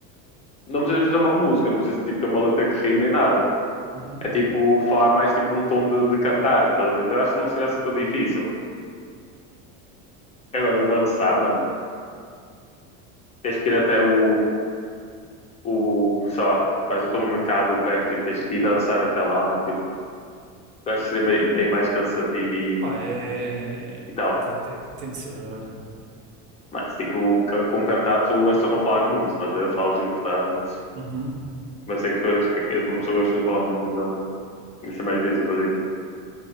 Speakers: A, on the left; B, on the right.
A: não precisa fazer uma música, não precisa tipo, ter uma letra que rime nem nada.
B: Uhum.
A: É tipo falar mais tipo, num tom de, de cantar, tá? então acho que não seria assim tão difícil. Agora dançar, mano, tens que ir até o, o sei lá, vais até um mercado perto e tens que ir dançar até lá, mano, tipo, eu acho que seria meio- bem mais cansativo e,
B: Pá, é.
A: e tal.
B: Tem, tem, tem de ser, olha.
A: Mas tipo, com cantar tu é só não falas muito, tá? a ver? Falas importantes
B: Uhum.
A: mas sei que tu és, que és uma pessoa que gosta de falar muito, então isso é mais difícil para ti.